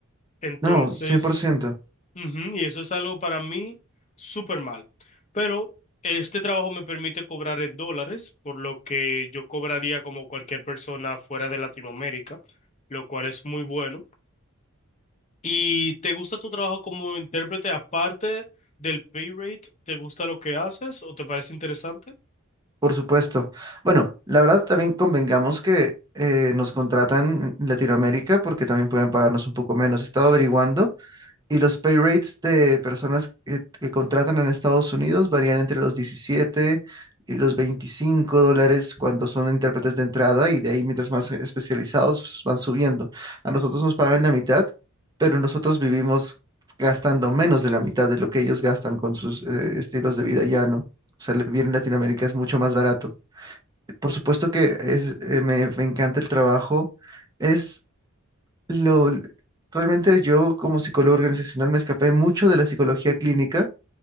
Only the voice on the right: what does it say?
No, cien por ciento
Por supuesto. Bueno, la verdad también convengamos que eh, nos contratan en Latinoamérica porque también pueden pagarnos un poco menos. He estado averiguando y los pay rates de personas que, que contratan en Estados Unidos varían entre los 17 y los 25 dólares cuando son intérpretes de entrada y de ahí mientras más especializados pues, van subiendo. A nosotros nos pagan la mitad, pero nosotros vivimos gastando menos de la mitad de lo que ellos gastan con sus eh, estilos de vida llano. O sea, el vivir en Latinoamérica es mucho más barato. Por supuesto que es- eh, me me encanta el trabajo. Es lo, realmente yo como psicólogo organizacional me escapé mucho de la psicología clínica,